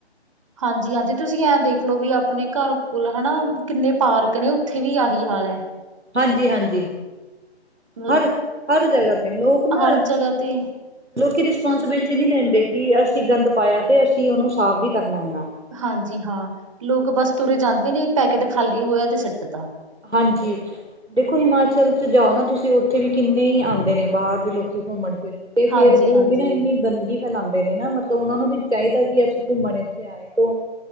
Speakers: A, on the right (about 30°); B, on the right (about 85°).
A: ਹਾਂਜੀ ਹਾਂਜੀ ਤੁਸੀਂ ਐਂ ਦੇਖਲੋ ਵੀ ਆਪਣੇ ਘਰ ਕੋਲ ਨੇ ਕਿੰਨੇ ਪਾਰਕ ਨੇ ਉੱਥੇ ਵੀ ਆਹੀ ਹਾਲ ਹੈ।
B: ਹਾਂਜੀ ਹਾਂਜੀ
A: ਮਤਲਬ
B: ਹਰ ਹਰ ਜਗ੍ਹਾ ਤੇ ਲੋਕ ਨਾ,
A: ਹਰ ਜਗ੍ਹਾ ਤੇ
B: ਲੋਕੀ ਰਿਸਪੋਂਸੀਬਿਲਟੀ ਨਹੀਂ ਲੈਂਦੇ ਕਿ ਅਸੀਂ ਗੰਦ ਪਾਇਆ ਤੇ ਅਸੀਂ ਉਹਨੂੰ ਸਾਫ਼ ਵੀ ਕਰਨਾ ਹੈਗਾ!
A: ਹਾਂਜੀ ਹਾਂ ਲੋਕ ਬਸ ਤੁਰੇ ਜਾਂਦੇ ਨੇ ਪੈਕੇਟ ਖਾਲੀ ਹੋਇਆ ਤੇ ਸਿੱਟ ਦਾ
B: ਹਾਂਜੀ! ਦੇਖੋ ਹਿਮਾਚਲ ਚ ਜਾਓ ਨਾ ਤੁਸੀਂ ਉੱਥੇ ਵੀ ਕਿੰਨੇ ਹੀ ਆਉਂਦੇ ਨੇ ਬਾਹਰ ਦੇ ਲੋਕੀ ਘੁੰਮਣ ਫਿਰਨ ਤੇ
A: ਹਾਂਜੀ
B: ਫੇਰ ਉਹ
A: ਹਾਂਜੀ
B: ਵੀ ਨਾ ਇੰਨੀ ਗੰਦਗੀ ਫੈਲਾਉਂਦੇ ਨੇ ਨਾ ਮਤਲਬ ਉਹਨਾ ਨੂੰ ਵੀ ਚਾਹੀਦਾ ਕਿ ਅਸੀਂ ਘੁੰਮਣ ਇੱਥੇ ਆਏ ਤੋਂ